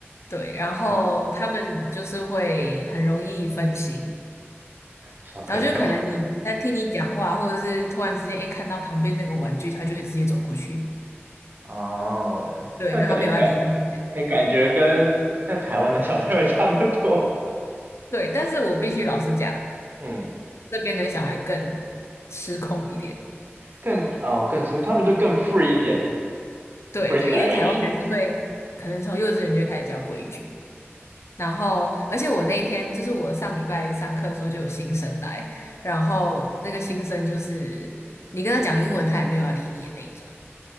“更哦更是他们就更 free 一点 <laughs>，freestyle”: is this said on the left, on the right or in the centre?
Right